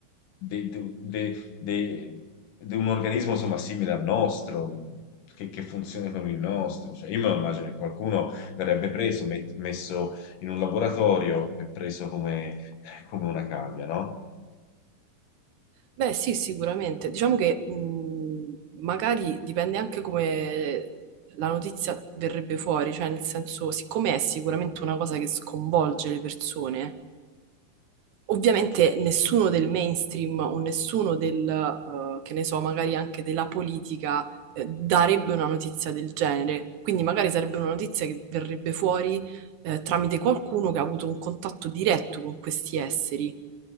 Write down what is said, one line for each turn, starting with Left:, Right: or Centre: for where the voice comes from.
Left: dei, de- de- de- de un organismo insomma simile al nostro. Che, che funzioni come il nostro, Cioè, io me lo immagino che qualcuno verrebbe preso, met- messo in un laboratorio e preso come, come una cavia, no?
Right: Beh, sì, sicuramente. Diciamo che mh, magari dipende anche come la notizia verrebbe fuori, cioè nel senso, siccome è sicuramente una cosa che sconvolge le persone, ovviamente nessuno del mainstream o nessuno del, eh, che ne so, magari anche della politica, eh, darebbe una notizia del genere. Quindi magari sarebbe una notizia che verrebbe fuori, eh, tramite qualcuno che ha avuto un contatto diretto con questi esseri.